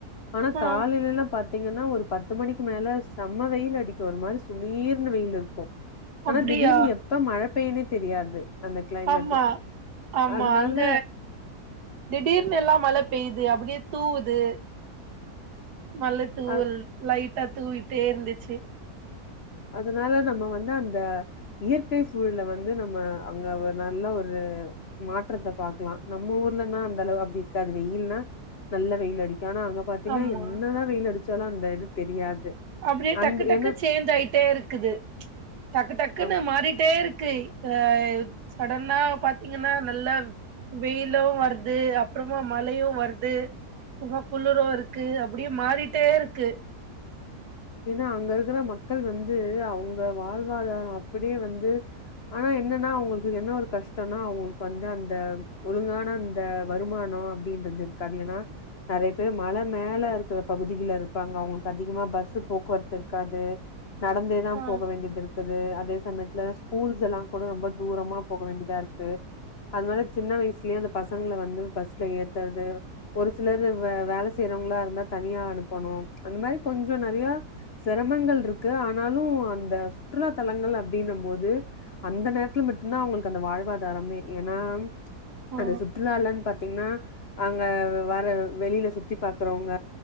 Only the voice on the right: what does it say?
ஆ
அப்டியா
ஆமா ஆமா
அங்க திடீர்னு எல்லா மழை பெய்யிது அப்படியே தூவுது மழ தூவல்
லைட்டா தூரிட்டே இருந்துச்சி
ஆமா
அப்படியே
டக்கு டக்கு
சேஞ்ச் ஆயிட்டே இருக்குது டக்கு டக்குன்னு
மாறிட்டே இருக்கு இப்ப சடனா பாத்தீங்கன்னா நல்லா வெயிலு வருது அப்புறமா மழையு வருது உள்ள குளுரு இருக்கு அப்படியே மாறிட்டே இருக்கு
ஆ
ஆ